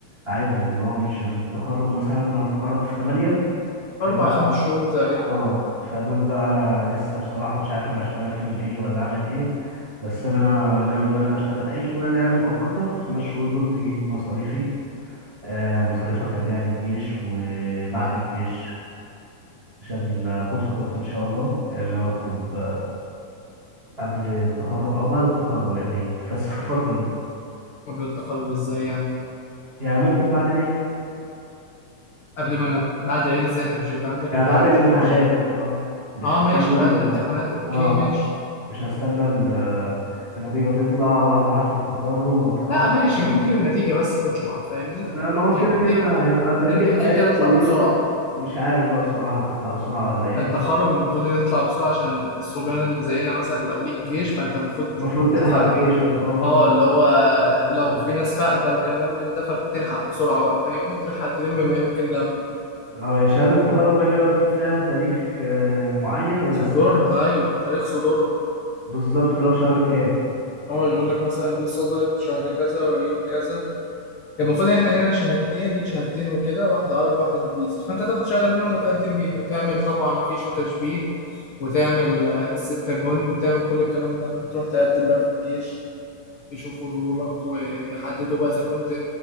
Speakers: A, on the right (about 75°); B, on the left (about 85°).
A: أعيدهم اللي هو مش من التخرج مثلا لو هتخرج في تمانية فيبقى
B: أربع خمس شهور تقريبا
A: اه فدول بقى لسه بصراحة مش عارف انا هشتغل فيهم ايه ولا اعمل ايه بس انا ناوي ان انا اشتغل اي شغلانة يعني مؤقتة في الخمس شهور دول تجيب مصاريفي آه مصاريف اخليها للجيش وبعد الجيش عشان اكون خطبت ان شاء الله يعني انا هخطب قبل التخرج او بعد التخرج يعني بس في الفتره دي
B: قبل التخرج ازاي يعني
A: يعني ممكن بعد العيد
B: قبل ما نت... بعد العيد ازاي انت مش هيبقى عندك
A: يعني
B: امتحانات
A: بعد الامتحانات
B: انت مش
A: اه مش
B: اه
A: هستنى
B: ماشي بعد
A: ال
B: الامتحانات اوكي
A: اه
B: ماشي
A: مش هستنى ال النتيجه تطلع واحضر حفله التخرج واتخرج
B: لا ماشي
A: وبعد
B: ممكن
A: كده
B: النتيجة بس تطلع فاهمني
A: لا ما هو
B: يعني
A: كده
B: النتيجة
A: كده هيبقى النتيجه
B: يعني النتيجة
A: بتاعت
B: كده كده تطلع
A: كليتنا
B: بسرعة
A: مش عارف بقى بصراحه تطلع بسرعه ولا ايه
B: التخرج المفروض ان هي تطلع بسرعة عشان الصبيان اللي زينا مثلا لو ليك جيش فانت المفروض
A: المفروض تلحق
B: تخ...
A: جيشك اه
B: اه اللي هو
A: بتاعت التخرج بتخلص
B: لو في
A: بسرعه
B: ناس فاقدة وكلام من ده فبتلحق بسرعة بقى فاهمني تلحق تلم ما يمكن لمه
A: اه يا شهاده التخرج بقى بيبقى مكتوب فيها تاريخ آه معين ولا
B: صدورها
A: السنه بس
B: ايوه تاريخ صدورها
A: بالظبط اللي هو شهر كام
B: اه يقول لك مثلا دي صدرت شهر كذا ويوم كذا المفروض احنا هنا شهادتين ليك شهادتين وكده واحدة عربي وواحدة انجليزي فانت تاخد شهادة منهم وتقدم بيها وتعمل طبعا فيش وتشبيه وتعمل آه، الستة جند وتعمل كل الكلام ده وتروح تقدم بقى في الجيش يشوفوا طولك ويحددوا بقى اذا كنت